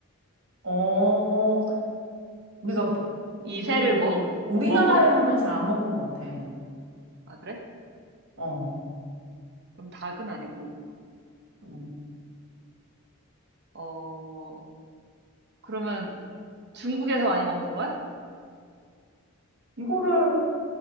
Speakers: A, on the right; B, on the right.
A: 어 어, 우리가
B: 이
A: 이거를
B: 새를 먹,
A: 우리나라에서는
B: 먹어?
A: 잘 안 먹는 것 같아.
B: 아, 그래?
A: 어.
B: 그럼 닭은 아니고.
A: 어.
B: 어, 그러면 중국에서 많이 먹는 거야?
A: 이거를